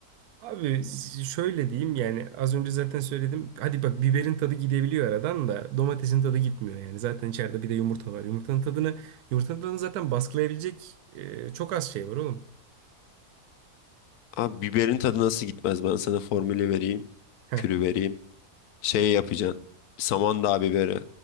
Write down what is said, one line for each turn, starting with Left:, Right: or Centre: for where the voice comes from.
Right: abi şöyle diyeyim yani az önce zaten söyledim. Hadi bak biberin tadı gidebiliyor aradan da domatesin tadı gitmiyor yani. Zaten içeride bir de yumurta var. Yumurtanın tadını yumurtanın tadını zaten baskılayabilecek e, çok az şey var oğlum.
Left: Abi biberin tadı nasıl gitmez? Ben sana formülü vereyim.
Right: Heh.
Left: Kürü vereyim. Şey yapacaksın. Samandağ biberi.